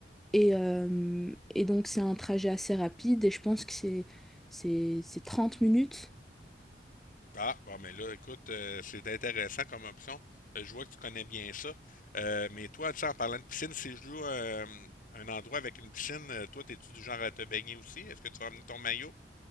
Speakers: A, in the centre; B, on the left.
A: Et, euh, et donc c'est un trajet assez rapide et je pense que c'est c'est c'est 30 minutes.
B: Ah, bon, mais là, écoute, euh, c'est intéressant comme option. Euh, Je vois que tu connais bien ça. Euh, mais toi, tu sais, en parlant de piscine, si je loue euh, un endroit avec une piscine, euh, toi, t'es-tu du genre à te baigner aussi? Est-ce que tu vas amener ton maillot?